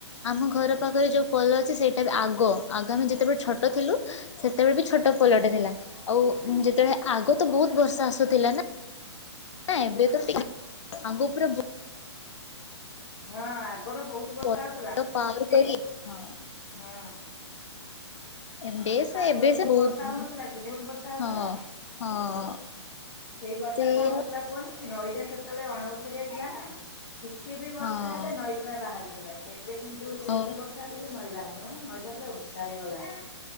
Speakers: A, on the left; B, on the left.
A: ଆମ ଘର
B: ହୁଁ
A: ପାଖରେ ଯୋଉ ପୋଲ ଅଛି ସେଇଟା ବି ଆଗ। ଆଗ ଆମେ ଯେତେବେଳେ ଛୋଟ ଥିଲୁ ସେତେବେଳେ ବି ଛୋଟ ପୋଲଟେ
B: ହୁଁ
A: ଥିଲା। ଆଉ ଯେତେବେଳେ ଆଗ ତ ବହୁତ ବର୍ଷା ଆସୁଥିଲା ନା? ନାଁ ଏବେତ ଟିକିଏ। ଆଗପୂରା ବହୁ
B: ହଁ ଆଗରୁ ବହୁତ୍
A: ବହୁତ
B: ବର୍ଷା ହୋଉଥିଲା।
A: ପାୱାର
B: ସେଇଜୁ
A: କରି ହଁ
B: ହଁ।
A: ଏବେ ସେ
B: ଆଗରୁ
A: ଏବେ ସେ
B: ଯୋଉ
A: ବହୁତ
B: ବର୍ଷା ହୋଉନଥିଲା କି? ବହୁତ ବର୍ଷା ହୋଉଥିଲା।
A: ହଁ ହଁ।
B: ହେଇ ବର୍ଷାରେ
A: ସେଇଆ
B: କଣ ହୋଉଥିଲା କୁହନି ନଈଟା ସେତେବେଳେ ଅଣ ଓସାରିଆ ଥିଲା ନା ଟିକିଏ ବି ବର୍ଷା
A: ହଁ
B: ହେଲେ ନଈ ପୁରା ବାହାରୁଥିଲା। ଏବେ କିନ୍ତୁ ଯେତେ
A: ହଁ
B: ବର୍ଷ ବର୍ଷା ହେଲେ ବି ନଈ ବାହାରୁନି। ନଈଟା ପୁରା ଓଷାର ହେଇଗଲାଣି।